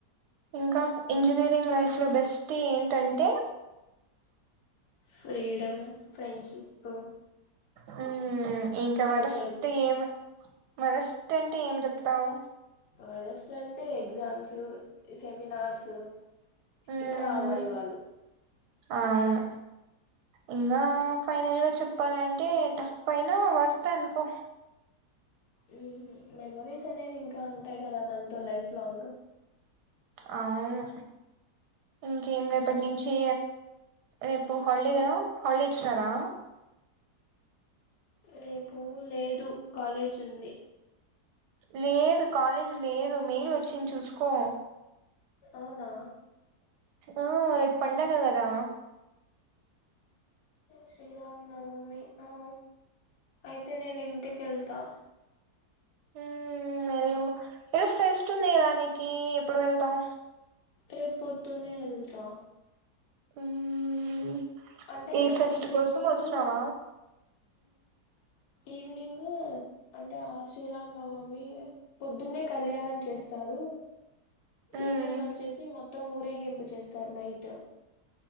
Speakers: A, on the right (about 80°); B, on the left (about 75°).
A: ఇంకా ఇంజనీరింగ్ లైఫ్ లో బెస్ట్ ఏంటంటే
B: ఫ్రీడమ్ ఫ్రెండ్షిప్
A: హ్మ్ ఇంకా
B: వాళ్ళు
A: వరస్ట్
B: చే
A: ఏం వరస్ట్ అంటే ఏం చెప్తావ్
B: వరెస్ట్ అంటే ఎగ్జామ్స్ సెమినార్స్
A: మ్మ్
B: ఇంకా ఆ వై వాలు
A: అవును ఇంగా ఫైనల్గా చెప్పాలంటే టఫ్ అయినా వర్త్ అనుకో
B: హ్మ్ మెమరీస్ అనేవి ఇంకా ఉంటాయి కదా మనతో లైఫ్ లాంగ్
A: అవును ఇంకేం రేపటి నుంచి రేపు హల్డే కదా హాలిడే ఇచ్చినారా
B: రేపు లేదు కాలేజ్ ఉంది.
A: లేదు కాలేజ్ లేదు మెయిల్ వచ్చింది చూసుకో
B: అవునా
A: ఆ రేపు పండగ కదా
B: శ్రీరామ నవమి అ అయితే నేను ఇంటికి యెళ్తా
A: హ్మ్ ఎల్లు ఈరోజు ఫెస్ట్ ఉంది కదా నీకి ఎప్పుడు వెళ్తావ్
B: రేపు పొద్దునే వెళ్తా
A: మ్మ్
B: అంటే
A: ఈ ఫెస్ట్
B: ఈవినింగ్
A: కోసం వచ్చినావా
B: ఈవ్నింగు అంటే ఆ శ్రీరామ్నవమి పొద్దున్నే కళ్యాణం చేస్తారు
A: మ్మ్
B: ఈవినింగ్ వచ్చేసి మొత్ మొత్తం ఊరేగింపు చేస్తారు నైట్